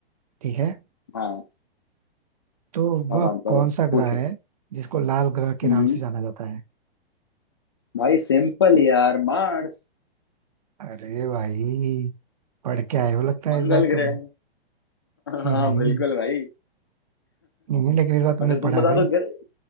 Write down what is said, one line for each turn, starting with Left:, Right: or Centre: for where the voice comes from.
Right: ठीक है
Left: हाँ
Right: तो
Left: बताओ
Right: वह
Left: बताओ
Right: कौन सा
Left: पूछो
Right: ग्रह है जिसको लाल ग्रह के
Left: हम्म
Right: नाम से जाना जाता है
Left: भाई सिंपल यार मार्स
Right: अरे भाई पढ़ के आए हो लगता है
Left: मंगल
Right: इस बार तुम
Left: ग्रह
Right: हम्म
Left: हाँ
Right: हम्म,
Left: बिल्कुल
Right: हम्म।
Left: भाई
Right: नहीं नहीं लेकिन इस बार
Left: अच्छा
Right: तुमने
Left: तुम
Right: पढ़ा है
Left: बता
Right: भाई
Left: दो ग्रह